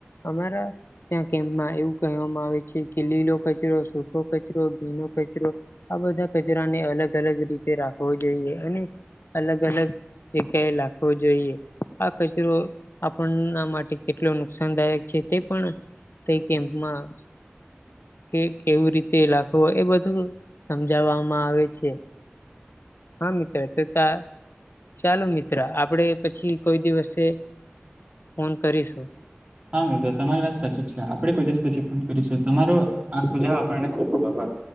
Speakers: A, on the left (about 60°); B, on the right (about 30°).
A: અમારા. ત્યાં કેમ્પમાં એવું કહેવામાં આવે છે કે લીલો કચરો સૂખો કચરો ભીનો કચરો. આ બધા કચરાને અલગ અલગ રીતે રાખવો જોઈએ. અને અલગ અલગ જગ્યાએ લાખવો જોઈએ આ કચરો. આપણના માટે કેટલો નુકસાનદાયક છે તે પણ તે કેમ્પમાં કે કેવું રીતે લખવો એ બધું સમજાવવામાં આવે છે. હા મિત્ર તો ત ચાલુ મિત્ર આપડે પછી કોઈ દિવસે ફોન કરીશું?
B: હા મિત્ર તમારી વાત સાચી જ છે આપડે કોઈ દિવસ પછી ફોન કરીશું તમારો આ સુ આપને ખુબ ખુબ આભાર.